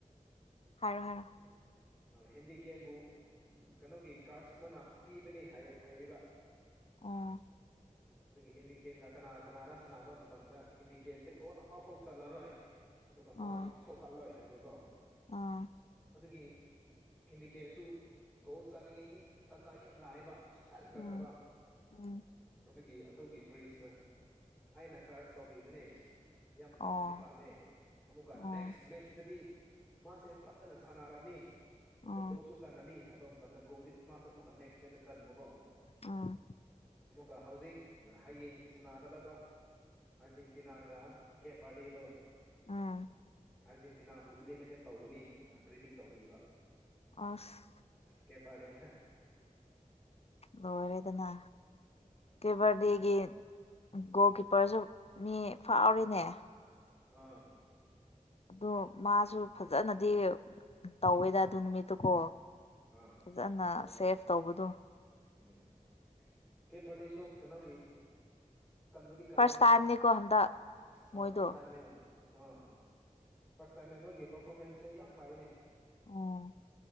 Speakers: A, on the left; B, on the left.
A: ꯍꯥꯏꯔꯣ ꯍꯥꯏꯔꯣ
B: ꯍꯦꯟꯔꯤ ꯀꯦꯟꯕꯨ ꯀꯩꯅꯣꯒꯤ ꯀꯥꯔꯁ ꯃꯅꯥ ꯄꯤꯕꯅꯤ ꯍꯥꯏꯌꯦꯕ
A: ꯑꯣ
B: ꯑꯗꯨꯒꯤ ꯍꯦꯟꯔꯤꯀꯦꯟꯒ ꯀꯅꯥ ꯀꯅꯥꯔ ꯁꯟꯅꯕ ꯃꯇꯝꯗ ꯍꯦꯟꯔꯤꯀꯦꯟꯁꯦ ꯒꯣꯜ ꯑꯃ ꯐꯥꯎ ꯆꯠꯂꯔꯣꯏ ꯑꯗꯨꯒ
A: ꯑꯣ
B: ꯃꯥꯕꯨꯗꯤ ꯁꯣꯛꯍꯜꯂꯣꯏ ꯍꯥꯏꯕꯀꯣ
A: ꯑꯣ
B: ꯑꯗꯨꯒꯤ ꯀꯦꯟꯔꯤꯀꯦꯟꯁꯨ ꯒꯣꯜ ꯆꯥꯅꯤꯡꯉꯩꯗꯤ ꯇꯟꯖꯥ ꯌꯥꯝ ꯂꯥꯛꯑꯦꯕ ꯁꯨꯡꯆꯟ ꯆꯟꯗꯕ
A: ꯎꯝ ꯎꯝ
B: ꯑꯗꯨꯒꯤ ꯑꯗꯨꯒꯤ ꯄ꯭ꯔꯤꯁꯅ ꯑꯩꯅ ꯀꯔꯁ ꯇꯧꯕꯤꯕꯅꯦ ꯌꯥꯝ ꯄꯥꯝꯕꯗꯤ
A: ꯑꯣ
B: ꯄꯥꯝꯃꯦ ꯑꯃꯨꯛꯀ
A: ꯑꯣ
B: ꯅꯦꯛꯁ ꯃꯦꯠꯁꯇꯗꯤ ꯃꯥꯁꯦ ꯐꯖꯅ ꯁꯥꯟꯅꯔꯅꯤ ꯃꯨꯛꯀ
A: ꯎꯝ
B: ꯒꯣꯜꯁꯨ ꯆꯥꯟꯅꯅꯤ ꯍꯥꯏꯕ ꯑꯃ ꯇꯗꯟ ꯒꯣꯜꯗꯤ ꯃꯥꯁꯨ ꯑꯃꯨꯛꯀ ꯅꯦꯛꯁ ꯄ꯭ꯂꯦꯗ ꯆꯟꯕꯀꯣ
A: ꯑꯥ
B: ꯀ ꯍꯧꯖꯤꯛ ꯍꯌꯦꯡ ꯁꯥꯟꯅꯥꯒꯗꯕ ꯑꯔꯖꯦꯟꯇꯤꯅꯥꯒ ꯀꯦꯕꯥꯗꯤꯗꯨ
A: ꯑꯥ
B: ꯑꯥꯔꯖꯦꯟꯇꯤꯅꯥꯕꯨ ꯏꯂꯤꯃꯤꯅꯦꯠ ꯇꯧꯒꯅꯤꯅ ꯄ꯭ꯔꯤꯗꯤꯛ ꯇꯧꯕꯤꯕ
A: ꯑꯁ
B: ꯀꯦꯞ ꯕꯥꯔꯗꯦꯅ
A: ꯂꯣꯏꯔꯦꯗꯅ
B: ꯎꯝ
A: ꯐꯦꯕꯔꯗꯦꯒꯤ ꯒꯣꯜ ꯀꯤꯞꯄꯔꯁꯨ ꯃꯤ ꯐꯥꯎꯔꯦꯅꯦ
B: ꯑ
A: ꯑꯗꯣ ꯃꯥꯁꯨ ꯐꯖꯅꯗꯤ ꯇꯧꯋꯦꯗ ꯑꯗꯨ ꯅꯨꯃꯤꯠꯇꯨꯀꯣ
B: ꯑꯥ
A: ꯐꯖꯅ
B: ꯇꯧꯋꯦ
A: ꯁꯦꯐ
B: ꯎꯝ
A: ꯇꯧꯕꯗꯨ
B: ꯎꯝ ꯀꯦꯕꯔꯗꯦꯁꯨ ꯀꯩꯅꯣꯒꯤ ꯀꯟꯕꯗꯤ ꯀꯜꯂꯦꯕ
A: ꯐꯥꯔꯁ ꯇꯥꯏꯝꯅꯦꯀꯣ ꯍꯟꯗꯛ
B: ꯑꯥ
A: ꯃꯣꯏꯗꯣ
B: ꯐꯥꯔꯁ ꯇꯥꯏꯝꯅꯦ ꯑꯥ ꯑꯥ ꯐꯥꯔꯁ ꯇꯥꯏꯝꯅꯦ ꯃꯣꯏꯒꯤ ꯄꯔꯐꯣꯔꯃꯦꯟꯁꯁꯦ ꯌꯥꯝ ꯐꯩꯅꯦ
A: ꯎꯝ